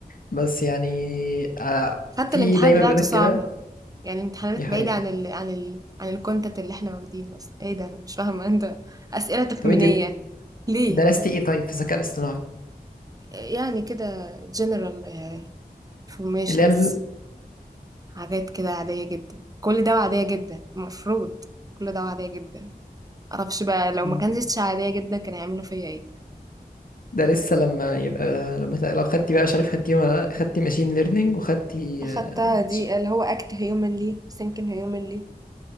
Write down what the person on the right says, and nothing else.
حتى
الامتحان
بتاعته
صعبة
يعني الامتحانات
بعيدة عن ال عن ال عن الكونتنت اللي احنا واخدينه أصلا إيه ده أنا مش فاهمة أنت أسئلة تخمينية
ليه
يعني كده general آه، informations
حاجات كده عادية جدا كل ده عادية جدا المفروض كل ده عادية جدا معرفش بقى لو
ما كانتش عادية جدا كان هيعملوا فيا ايه
اخدتها
دي
اللي هو اكت هيومنلي سينكن هيومنلي